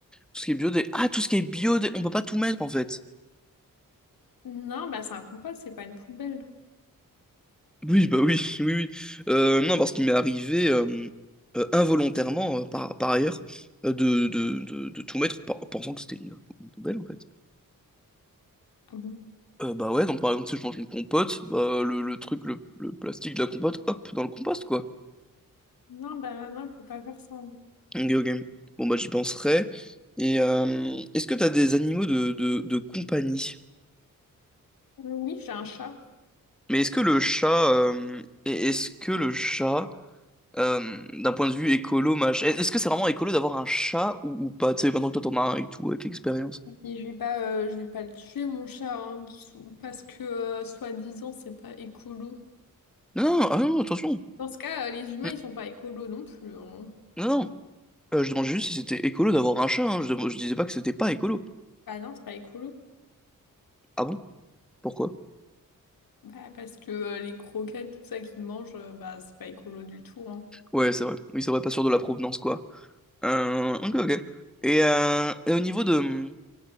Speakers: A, in the centre; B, on the left.
A: Tout ce qui est biodé. Ah, tout ce qui est biodé. On peut pas tout mettre en fait.
B: Non, bah c'est un compost, c'est pas une poubelle.
A: Oui, bah oui, <laughs> oui, oui. Euh, non, parce qu'il m'est arrivé euh, euh, involontairement, euh, par, par ailleurs, euh, de, de, de, de tout mettre par- pensant que c'était une, une poubelle en fait.
B: Ah bon?
A: Euh, bah ouais, donc par exemple, si je mange une compote, bah le, le truc, le, le plastique de la compote, hop, dans le compost quoi.
B: Non, bah non, faut pas faire ça.
A: Ok, ok. Bon, bah, j'y penserai. Et euh, est-ce que t'as des animaux de, de, de compagnie?
B: Oui, j'ai un chat.
A: Mais est-ce que le chat, euh, et est-ce que le chat, euh, d'un point de vue écolo, machin, est-ce que c'est vraiment écolo d'avoir un chat ou, ou pas? Tu sais, maintenant que toi t'en as un et tout, avec l'expérience.
B: Et je vais pas, euh, je vais pas le tuer, mon chat, hein, parce que, euh, soi-disant, c'est pas écolo.
A: Non, non, ah non, attention.
B: Dans ce cas, euh, les humains,
A: Mm.
B: ils sont pas écolos non plus. hein.
A: Non, non. Euh, je demandais juste si c'était écolo d'avoir un chat, hein. Je, dem- je disais pas que c'était pas écolo.
B: Bah non, c'est pas écolo.
A: Ah bon? Pourquoi?
B: Bah parce que euh, les croquettes, tout ça qu'ils mangent, euh, bah c'est pas écolo du tout. hein.
A: Ouais, c'est vrai. Oui, c'est vrai, pas sûr de la provenance, quoi. Euh, ok, ok. Et, euh, et au niveau de,